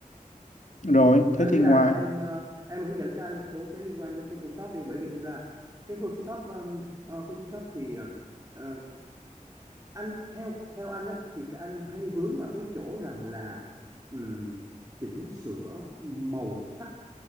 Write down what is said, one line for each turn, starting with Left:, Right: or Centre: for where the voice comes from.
Left: Rồi, thế
Right: anh nghĩ
Left: thì
Right: là
Left: ngoài
Right: em ờ, em hướng dẫn cho anh một số cái liên quan đến Photoshop đi bởi vì thực ra là cái Photoshop ờ, ờ, Photoshop thì ờ, ờ, anh theo theo anh á thì cái anh hay vướng ở cái chỗ rằng là ừm, chỉnh sửa màu sắc